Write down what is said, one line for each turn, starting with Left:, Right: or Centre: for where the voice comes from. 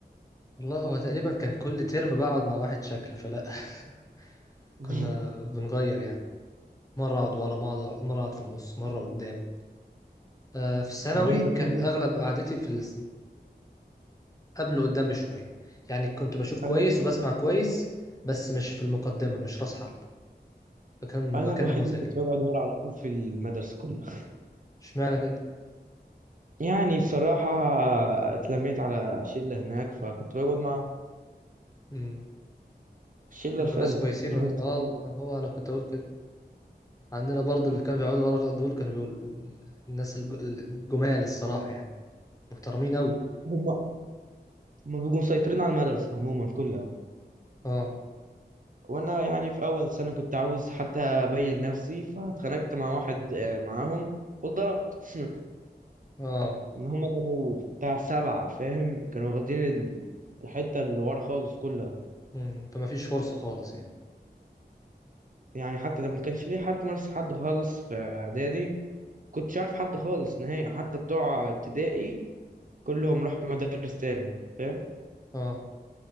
Left: والله هو تقريبا كان كل ترم بقعد مع واحد شكل فلا <laughs>
Right: <laughs>
Left: كنا بنغير يعني مرة اقعد ورا مرة اقعد مرة أقعد في النص مرة قدام آه في الثانوي
Right: هو انا الوحيد
Left: كان
Right: اللي-
Left: اغلب قعدتي في ال- قبله قدام بشوية يعني كنت بشوف كويس
Right: انا
Left: وبسمع كويس بس مش في المقدمة مش راس حرب فكان
Right: انا
Left: مكان
Right: الوحيد
Left: نموذجي
Right: اللي كنت بقعد ورا على طول في المدرسه كلها
Left: اشمعنى كده
Right: يعني بصراحة آه، اتلميت على شلة هناك فكنت بقعد معاهم
Left: امم
Right: الشلة
Left: كانوا
Right: الفاسدة
Left: ناس كويسين
Right: اللي
Left: ولا
Right: هم فاسدين
Left: اه هو انا كنت اقول كده عندنا برضه اللي كانوا بيقعدوا ورا دول كانوا بيقول الناس الج- الجمال الصراحة يعني محترمين قوي
Right: هم هم بيبقوا مسيطرين على المدرسة عموما كلها
Left: اه
Right: وأنا يعني في أول سنة كنت عاوز حتى أبين نفسي فاتخانقت مع واحد آه، معاهم واتضربت <laughs>
Left: اه
Right: إن هم كانوا بتاع سبعة فاهم كانوا واخدين ال- الحتة اللي ورا خالص كلها
Left: امم فما فيش فرصة خالص يعني
Right: يعني حتى ده ما كانش ليه حد مارس حد خالص في إعدادي كنتش عارف حد خالص نهائي حتى بتوع ابتدائي كلهم راحوا مدارس تانية فاهم
Left: اه